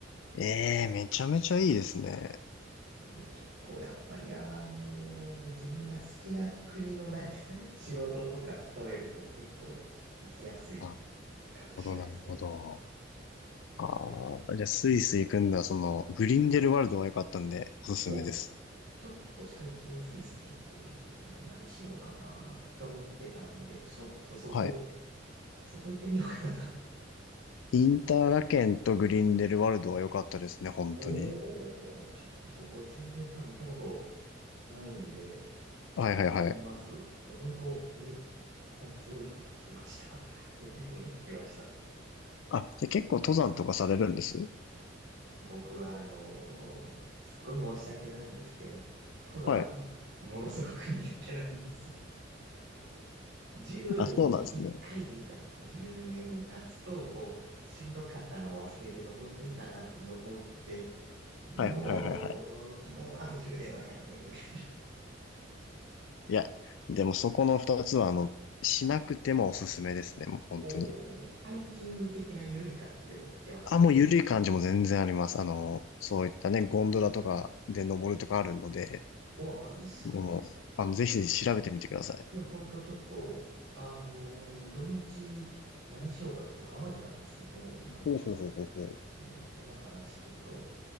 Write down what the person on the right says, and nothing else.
ので、結構やっぱり、あの、自分が好きな国のなんか <laughs> 仕事とか勤めると結構行きやすい
かもしれないですね。
いや、
お、ちょっと最近スイス結構行ってたんで何しようかなと思ってたんで、ちょっとそこ、
そこ行ってみようかな
おー、ちょっとそこ全然多分行ったことないんで、ちょっと行ってみます。
いや、本当、え、なんかすごいいいこと聞きました。<laughs> めっちゃいいこと聞きました。
僕は、あのーすっごい申し訳ないんですけど、登山、
ものすごく苦手なんです。<laughs> 10年に1回でいいかなと。
10年経つと、こう、しんどかったのを忘れて登っていいかなって登って、もう、
ここあと10年はやんねえ、
おお、ハイキング的な緩い感じでもいけますか
わあ、いいっすね。
いや、ほんとちょっと、あの、土日何しようかちょっと考えてたんです。もうなんか、
もう変な話、ちょっと、